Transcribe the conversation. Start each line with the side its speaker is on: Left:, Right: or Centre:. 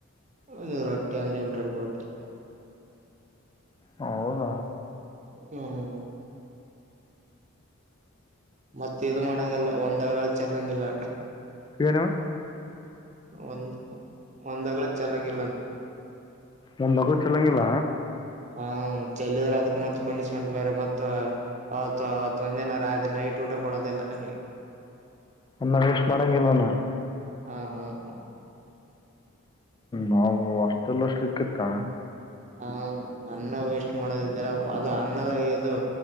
Right: ಒೂರು ರಟ್ಟಿ ಅನ್ಲಿಮಿಟೆಡ್ ಕೂಡದ
Left: ಹೌದ
Right: ಹ್ಮ್ ಮತ್ತ ಇದು ಮಾಡಂಗಲ್ಲ ಒಂದ್ಾವೇಳ ಚೆಲ್ಲಂಗಿಲ್ಲ
Left: ಹ
Right: ಒಂದ್ ಒಂದಗಳ ಚೆಲ್ಲಂಗಿಲ್ಲ ಅಂತ.
Left: ಒಂದಗ ಚಲಂಗಿಲ್ಲ
Right: ಹಾ ಚೆಲ್ಲಿದ್ರೆ ಅದಕ್ ಮತ್ ಪನಿಶ್ಮೆಂಟ್ ಬೇರೆ ಮತ್ ಅವತ್ ಅವತ್ ಒಂದ್ ಜನ ಆದ್ರೆ ನೈಟ್ ಊಟ ಕೊಡೋದಿಲ್ಲ ಅ
Left: ಅನ್ನ ವೇಸ್್ ಮಾಡಂಗಲ್ವಣ
Right: ಹ ಹಾ
Left: ನಾವು ಅಷ್ಟೆಲ್ಲಷ್ಟ ಸಿಕ್ಕಿತ್ತ
Right: ಹಾ ಅನ್ನ ವೇಸ್ಟ್ ಮಾಡದಿದ್ದೀರ ಅದು ಅನ್ನದ ಇದು